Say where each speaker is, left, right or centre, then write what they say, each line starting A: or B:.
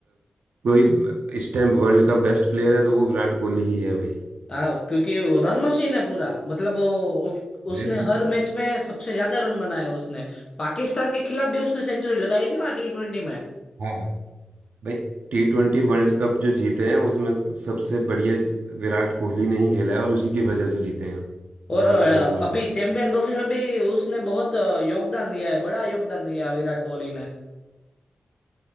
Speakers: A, on the right; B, on the left.
A: कोई ब- इस टाइम वर्ल्ड का बेस्ट प्लेयर है तो वो विराट कोहली ही है भाई
B: हाँ क्योंकि वो रन मशीन है पूरा मतलब वो उस, उसने
A: अरे भाई
B: हर मैच में सबसे ज्यादा रन बनाया उसने पाकिस्तान के खिलाफ भी उसने सेंचुरी लगाई थी ना टी ट्वेंटी में
A: हाँ भाई टी ट्वेंटी वर्ल्ड कप जो जीते हैं उसमें सबसे बढ़िया विराट कोहली ने ही खेला है और उसी की वजह से जीते हैं हम जहां
B: और अ,
A: तक मेरे को लगता
B: अभी
A: है
B: चैंपियन ट्रॉफी में भी उसने बहुत अ, योगदान दिया है बड़ा योगदान दिया विराट कोहली ने